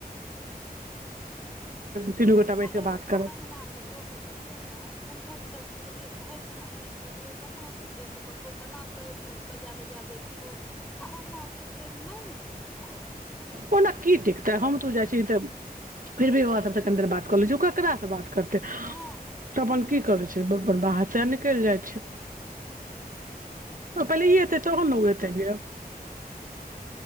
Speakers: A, on the right; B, in the centre.
A: <unintelligible>
B: हे
A: बैस कऽ
B: ओकरा
A: करब
B: अंगना मे जे लोक रहै छै ने अब हमहुँ सभ जे गेलिए से भरि दिन अंगने मे रहे कखनो नय जतौ कत तो दलान पर बजाय बजाय बैसतो आ ओना ठीके नहि निक लागे।
A: ओना की टिकते हम तू जाइ छी तऽ फिर भी बाबा सभ से कनी देर बात क ले छी ओ ककरा स बात करते।
B: ना
A: तऽ अपन की करै छै अपन बाहर ते निकलि जाइत छै। पहिले एते तहन न ऊ एते जे।